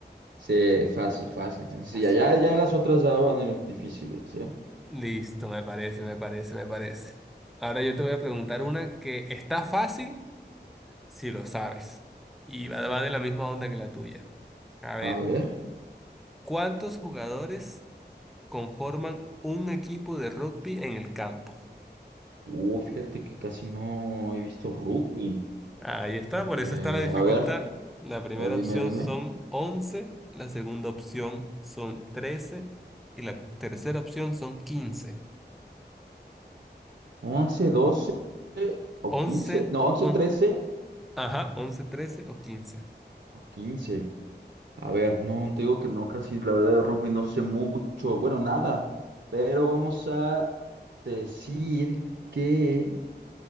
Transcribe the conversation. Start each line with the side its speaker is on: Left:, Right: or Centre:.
Right: Sí, fácil, fácil, sencilla.
Centre: Así,
Right: Ya,
Centre: fácil.
Right: ya
Centre: ¿no?
Right: las otras ya van a ser difíciles, ¿eh?
Centre: Listo, me parece, me parece, me parece. Ahora yo te voy a preguntar una que está fácil si lo sabes. Y va va de la misma onda que la tuya. A ver,
Right: A ver.
Centre: ¿cuántos jugadores conforman un equipo de rugby en el campo?
Right: Uh, fíjate que casi no he visto rugby.
Centre: Ahí está,
Right: Eh,
Centre: por eso está la dificultad.
Right: a ver,
Centre: La primera
Right: a ver, dime,
Centre: opción
Right: dime.
Centre: son 11, la segunda opción son 13 y la tercera opción son quince.
Right: once 12 o
Centre: Once,
Right: quince No, once
Centre: once,
Right: 13
Centre: ajá, 11, 13 o 15.
Right: o 15? A ver, no, te digo que no, casi la verdad de rugby no sé mucho. Bueno, nada. Pero vamos a decir que...